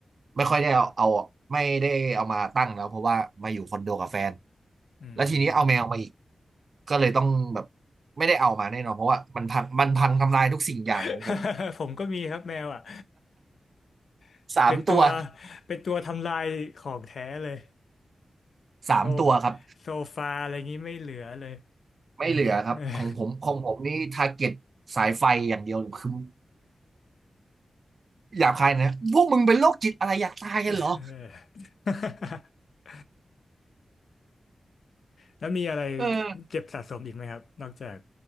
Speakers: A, on the right; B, on the left.
A: ไม่ค่อยได้เอาเอาไม่ได้เอามาตั้งแล้วเพราะว่ามาอยู่คอนโดกับแฟน
B: อืม
A: แล้วทีนี้เอาแมวมาอีกก็เลยต้องแบบไม่ได้เอามาแน่นอนเพราะว่ามันพังมันพังทำลายทุกสิ่งอย่างของผม
B: <laughs> ผมก็มีครับแมวอ่ะ <laughs>
A: สามตัว
B: เป็นตัวเป็นตัวทำลายของแท้เลย
A: สามตัวครับ
B: โตโซฟาอะไรงี้ไม่เหลือเลย
A: ไม่เหลือครับของผมของผมนี่ทาร์เก็ตสายไฟอย่างเดียวคือ
B: <laughs> เออ
A: หยาบคายนะ พวกมึงเป็นโรคจิตอะไรอยากตายกันเหรอ
B: เออ <laughs> แล้วมีอะไร
A: เออ
B: เจ็บสะสมอีกไหมครับนอกจาก